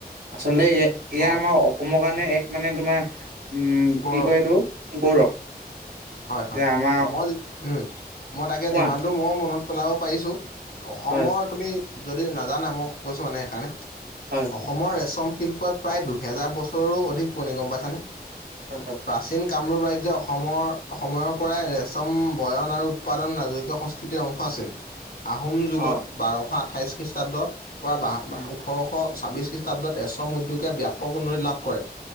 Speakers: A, on the right; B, on the left.
A: আচলতে এ এয়া
B: অ',
A: আমাৰ অসমৰ কাৰণে এক মানে তোমাৰ- উম'
B: গৌৰৱ
A: কি কয় এইটো? গৌৰৱ।
B: হয় হয়,
A: যে আমাৰ
B: মই উম' মই তাকে
A: কোৱা
B: যিমানটো মই মনত- পেলাব পাৰিছো অসমৰ
A: হয়
B: তুমি যদি নাজানা মই কৈছো মানে সেইকাৰণে-
A: হয়।
B: অসমৰ ৰেচম শিল্পই প্ৰায় দুহেজাৰ বছৰৰো অধিক পুৰণি গম পাইছানে?
A: হয় হয়।
B: প্ৰাচীন কামৰূপ ৰাজ্য অসমৰ অসময়ৰ পৰাই ৰেচম বয়ন আৰু উৎপাদন নাজকীয় সংচ- কিটি অংশ আছিল। আহোম যুগত
A: অ
B: বাৰশ আঠাইশ খ্ৰীষ্টাব্দৰ পৰা ব
A: উম
B: ওঠৰশ- ছাব্বিশ খ্ৰীষ্টাব্দত ৰেছম উদ্যোগে ব্যাপক উন্নতি লাভ কৰে।